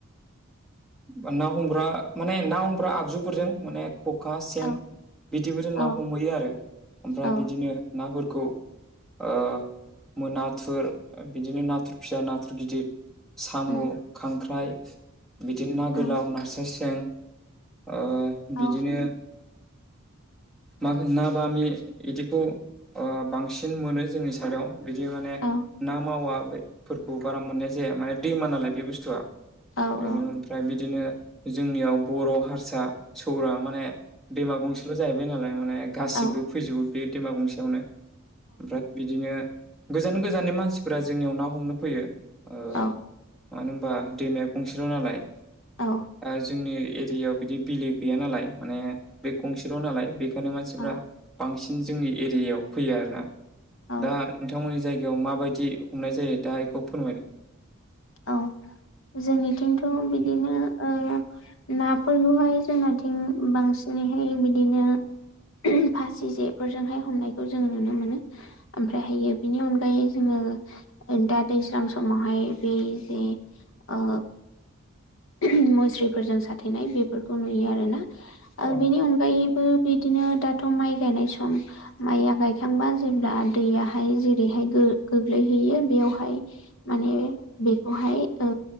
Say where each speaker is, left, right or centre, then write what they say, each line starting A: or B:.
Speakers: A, in the centre; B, on the left (about 70°).
A: बा ना हमग्रा माने ना हमग्रा आगजुफोरजों माने खखा सेन
B: औ
A: बिदिबो जों
B: औ
A: ना हमहैयो आरो ओमफ्राय
B: औ
A: बिदिनो नाफोरखौ ओ मो नाथुर बिदिनो नाथुर फिसा नाथुर गिदिर सामु
B: उम
A: खांख्राइ बिदिनो ना गोलाव
B: उम
A: नास्राय सें ओ
B: औ
A: बिदिनो माखा ना बामि इदिखौ ओ बांसिन मोनो जोंनि साइडआव बिदि माने
B: औ
A: ना मावाफोरखौ बारा मोननाया जाया माने दैमा नालाय बे बुस्थुआ
B: औ
A: ओरैनो
B: औ
A: ओमफ्राय बिदिनो जोंनियाव बर' हारसा सौरा माने दैमा गंसेल' जाहैबाय नालाय माने गासिबो
B: औ
A: फैजोबो बे दैमा गंसेयावनो। ओमफ्राय बिदिनो गोजान गोजाननि मानसिफोरा जोंनियाव ना हमनो फैयो। ओ
B: औ
A: मानो होनबा दैमाया गंसेल' नालाय
B: औ
A: ओ जोंनि एरियायाव बिदि बिलो गैया नालाय माने बे गंसेल' नालाय बेखायनो मानसिफ्रा
B: औ
A: बांसिन जोंनि एरियायाव फैयो आरो ना।
B: औ
A: दा नोंथांमोननि जायगायाव माबायदि हमनाय जायो दा एखौ फोरमायदो
B: औ जोंनिथिंथ' बिदिनो ओ नाफोरखौहाय जोंनाथिं बांसिनैहाय बिदिनो <unintelligible> फासि जेफोरजोंहाय हमनायखौ जोङो नुनो मोनो। ओमफ्रायहायो बिनि अनगायै जोङो दा दैज्लां समावहाय बै जे ओ <unintelligible> मुस्रिफोरजों साथेनाय बेफोरखौ नुयो आरो ना ओ
A: औ
B: बेनि अनगायै बो बिदिनो दाथ' माइ गायनाय सम माइया गायखांबा जेब्ला दैयाहाय जेरैहाय गो ग्लैहैयो बेयावहाय माने बेखौहाय ओ